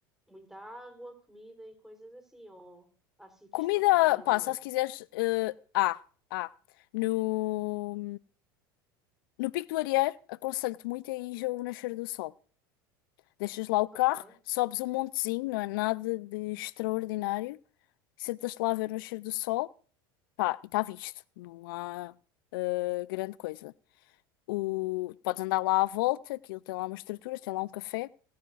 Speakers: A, in the centre; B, on the left.
A: muita água, comida e coisas assim, ou há sítios
B: Comida,
A: para parar lá
B: pá,
A: no meio.
B: só se quiseres. eh, ah, ah. No, no Pico do Arieiro, aconselho-te muito a ir ao nascer do sol. Deixas lá o carro,
A: Ok.
B: sobes um montezinho, não é nada de extraordinário. Sentas-te lá a ver o nascer do sol. Pá, e está visto. Não há eh, grande coisa. O, podes andar lá à volta, aquilo tem lá umas estruturas, tem lá um café,